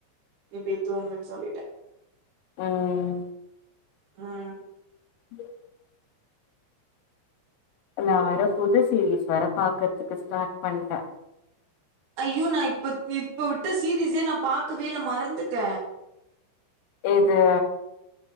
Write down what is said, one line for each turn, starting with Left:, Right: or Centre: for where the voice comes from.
Right: நீ போய் தூங்குன்னு சொல்லிட்டே
Left: ம்
Right: ம்
Left: <unintelligible> நா வர புது சீரீஸ் வேற பாக்கறதுக்கு ஸ்டார்ட் பண்ட்டே
Right: ஐயோ நா இப்ப இப்ப வுட்ட சீரீஸே நா பாக்கவே இல்ல மறந்துட்ட
Left: இது